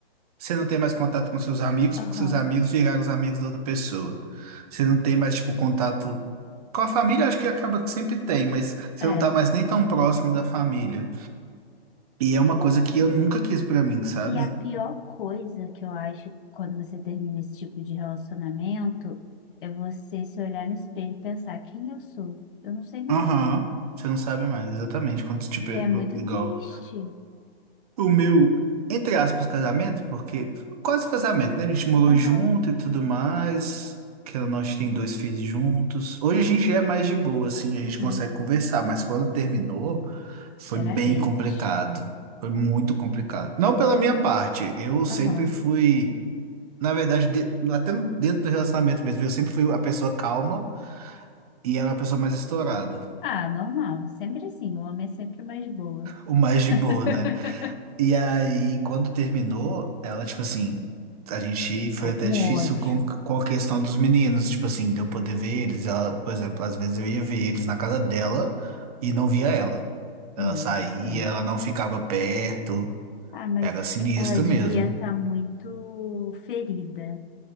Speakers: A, on the right; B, on the left.
A: você não tem mais contato com seus amigos,
B: Aham.
A: porque seus amigos viraram os amigos da outra pessoa. Você não tem mais, tipo, contato com a família, acho que acaba que sempre tem, mas você
B: É.
A: não tá mais nem tão próximo da família. E é uma coisa que eu nunca quis pra mim, sabe?
B: E a pior coisa que eu acho quando você termina esse tipo de relacionamento é você se olhar no espelho e pensar quem eu sou. Eu não sei mais.
A: Aham. Você não sabe mais, exatamente. Quando, tipo,
B: E
A: eu-
B: é muito
A: igual.
B: triste.
A: o meu, entre aspas, casamento, porque foi quase casamento, né? A gente morou
B: Aham,
A: junto e tudo mais. Que nós tem dois filhos juntos. Hoje a gente já é mais de boa, assim,
B: uhum.
A: a gente consegue conversar, mas quando terminou, foi
B: Era
A: bem
B: hate.
A: complicado. Foi muito complicado. Não pela minha parte, eu sempre
B: Aham.
A: fui, na verdade, de- até no- dentro do relacionamento mesmo, eu sempre fui a pessoa calma e ela é a pessoa mais estourada,
B: Ah, normal. Sempre assim. O homem é sempre o mais boa.
A: o mais
B: <laughs>
A: de boa, né? E aí, quando terminou, ela, tipo assim, a gente
B: Ficou
A: foi até
B: com
A: difícil
B: ódio.
A: com, com a questão dos meninos, tipo assim, de eu poder ver eles. Ela, por exemplo, às vezes eu ia ver eles na casa dela e não via ela. Ela
B: Nossa.
A: saía, ela não ficava perto,
B: Ah, mas
A: era sinistro
B: ela devia
A: mesmo.
B: estar muito ferida.